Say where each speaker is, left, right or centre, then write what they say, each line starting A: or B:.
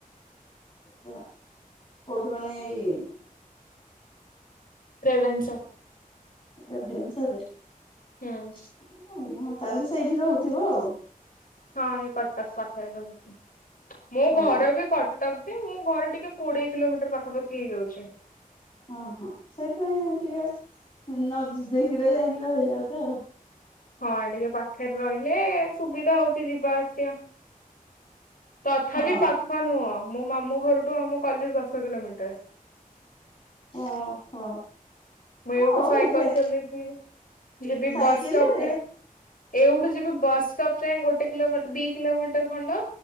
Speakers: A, on the left; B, on the left.
A: ତ କୋଉଠି ମାନେ ଏଇ,
B: ରେଭେନ୍ସା
A: ରେଭେନ୍ସା ରେ <unintelligible>
B: ହୁଁ
A: ତାହେଲେ ସେଇଠି ରହୁଥିବ ଆଉ,
B: ହଁ ଏଇ କଟକ ପଛରେ ରହୁଛି। ମୋ
A: ହଁ
B: ଘର ବି କ ତକଦେ ମୁଁ ଘରେ ଟିକେ କୋଡିଏ କିଲୋମିଟର ପାଖାପାଖି ହେଇଯାଉଛି।
A: ଓ ହୋ ସେଇଥିପାଇଁ ଟିକେ, ନବଦିକରେ ଯାଇକି ରହିଯାଉଛ ଆଉ,
B: ହଁ ଟିକେ ପାଖରେ ରହି, ହେଲେ ସୁବିଧା ହଉଛି ଯିବା ଆସିବା, ତଥାପି
A: ଆଉ
B: ପାଖ ନୁହଁ ମୋ ମାମୁଁ ଘରଠୁ ଆମ କଲେଜ ଦଶ କିଲୋମିଟର।
A: ଓହୋ।
B: ମଁ ଏଇଠୁ
A: ହଉ
B: ସାଇକଲ
A: ହେ
B: ଚଲେଇକି ଯିବି
A: ସାଇକେଲରେ
B: ବସଷ୍ଟପ ଯାଏଁ ଏଉଠୁ ଯିବି ବସଷ୍ଟପ ଯାଏ ଗୋଟେ କିଲୋମ ଦି କିଲୋମିଟର ଖଣ୍ଡ।